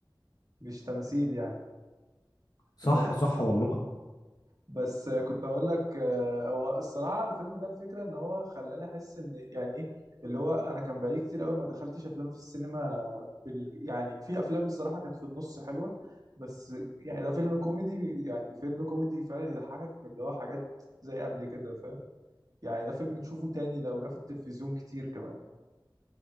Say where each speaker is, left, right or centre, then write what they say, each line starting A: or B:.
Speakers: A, on the right; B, on the left.
A: مش تمثيل يعني
B: صح
A: اللي هم عارفين
B: صح
A: بعض
B: والله
A: بس آه، كنت اقول لك آه، هو الصراحه الفيلم ده الفكره ان هو خلاني احس ان يعني ايه اللي هو انا كان بقالي كتير قوي ما دخلتش افلام في السينما بال يعني في افلام الصراحه كانت في النص حلوه بس يعني ده فيلم كوميدي يعني فيلم كوميدي فعلا يضحكك من اللي هو حاجات زي قبل كده فاهم يعني ده فيلم تشوفه تاني لو جه في التلفزيون كتير كمان